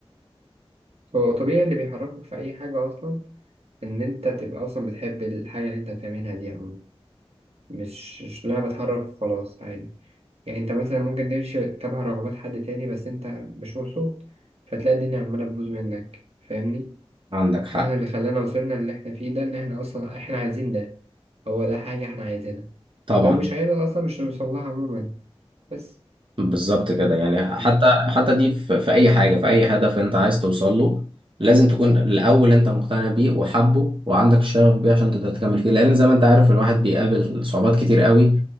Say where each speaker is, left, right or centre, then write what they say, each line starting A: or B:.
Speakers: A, on the right; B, on the right.
A: هو طبيعي اللي بيحركك في اي حاجه اصلا ان انت تبقى اصلا بتحب الحاجه اللي انت بتعملها دي عموما مش مش لها بتحرك خلاص عادي يعني انت مثلا ممكن تمشي تبع رغبات حد تاني بس انت مش مبسوط فتلاقي الدنيا عماله تبوظ منك فاهمني
B: عندك حق
A: فاحنا اللي خلانا وصلنا اللي احنا فيه ده ان احنا اصلا احنا عايزين ده هو ده حاجه احنا عايزينها
B: طبعا
A: لو مش عايزها اصلا مش هنوصلها عموما بس
B: بالظبط كده يعني حتى
A: فاهمني
B: حتى دي في, في اي حاجه في اي هدف انت عايز توصل له لازم تكون الاول انت مقتنع بيه وحبه وعندك شغف بيه عشان تقدر تكمل فيه لان زي ما انت عارف الواحد بيقابل صعوبات كتير قوي